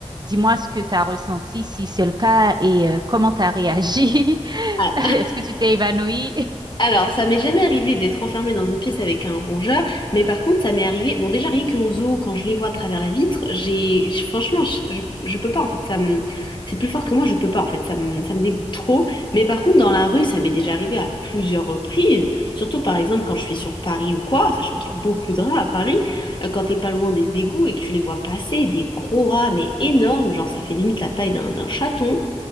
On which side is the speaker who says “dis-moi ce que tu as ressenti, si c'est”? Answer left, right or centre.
Right